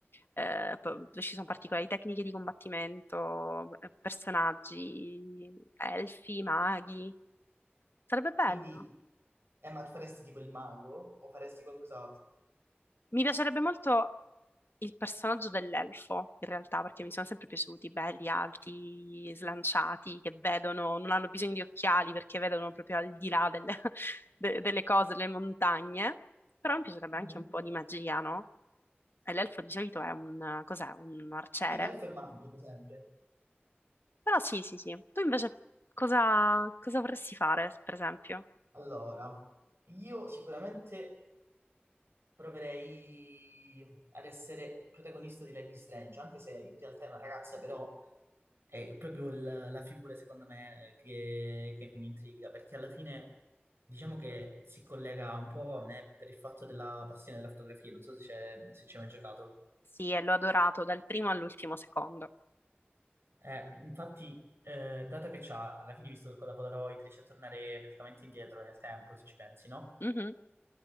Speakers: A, on the left; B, on the right.
A: eh, po- dove ci sono particolari tecniche di combattimento, eh, personaggi, elfi, maghi, sarebbe bello.
B: Quindi, eh, ma tu faresti tipo il mago o faresti qualcos'altro?
A: Mi piacerebbe molto il personaggio dell'elfo, in realtà, perché mi sono sempre piaciuti, belli, alti, slanciati, che vedono, non hanno bisogno di occhiali perché vedono proprio al di là delle, <laughs> de- delle cose, delle montagne. Però mi piacerebbe
B: Mhm.
A: anche un po' di magia, no? E l'elfo di solito è un, cos'è? Un arciere.
B: Sì, l'elfo è magico sempre.
A: Però sì, sì, sì. Tu invece cosa, cosa vorresti fare, per esempio?
B: Allora, io sicuramente... proverei ad essere il protagonista di Life is Strange, anche se in realtà è una ragazza, però è proprio il- la figura, secondo me, che, che mi intriga, perché alla fine diciamo che si collega un po' a me per il fatto della passione della fotografia, non so se c'è- se ci hai mai giocato.
A: Sì, e l'ho adorato dal primo all'ultimo secondo.
B: Eh, infatti, eh, dato che c'ha, alla fine, visto che con la Polaroid riesce a tornare praticamente indietro nel tempo, se ci pensi, no?
A: Mhm,